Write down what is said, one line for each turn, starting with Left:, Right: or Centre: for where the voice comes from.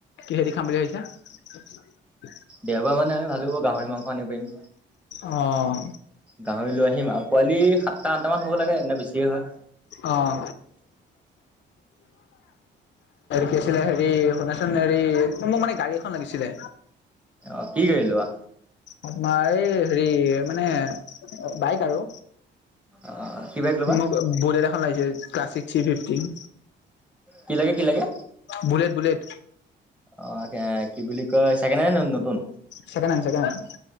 Left: কিহেদি খাম বুলি ভাবিছা? <unintelligible>
Centre: দেওবাৰ মানে আমি ভালো হব, গাহৰি মাংস আনিব পাৰিম।
Left: অহ।
Centre: গাহৰি লৈ আহিম আৰু পোৱালি সাতটা আঠটা মান হ'ব লাগে নে বেছিয়ে হয়।
Left: অহ। পিছে হেৰি, শুনাচোন হেৰি মোক মানে গাড়ী এখন লাগিছিলে।
Centre: অহ কি গাড়ী লবা।
Left: আমাৰ এই হেৰি মানে বাইক আৰু
Centre: অ' কি বাইক ল'বা?
Left: মোক বুলেট এখন লাগিছে ক্লাছিক থ্ৰী ফিফটি।
Centre: কি লাগে, কি লাগে?
Left: Bullet bullet.
Centre: অ' কি বুলি কয়, ছেকেণ্ড হেণ্ড নে নতুন।
Left: Secondhand secondhand.